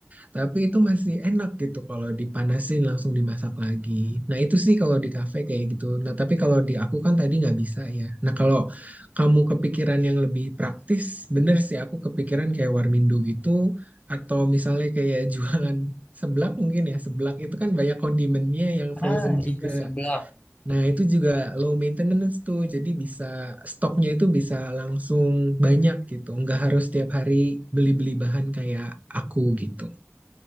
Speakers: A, on the right (about 30°); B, on the left (about 30°).
A: tapi itu masih enak gitu kalau dipanasin langsung dimasak lagi. Nah itu sih kalau di kafe kayak gitu. Nah tapi kalau di aku kan tadi nggak bisa ya. Nah kalau kamu kepikiran yang lebih praktis, bener sih aku kepikiran kayak warmindo gitu atau misalnya kayak <laughs> jualan seblak mungkin ya. Seblak itu kan banyak kondimennya yang frozen
B: Ah,
A: juga.
B: iya seblak.
A: Nah itu juga low maintenance tuh. Jadi bisa stoknya itu bisa langsung banyak gitu. Nggak harus tiap hari beli-beli bahan kayak aku gitu.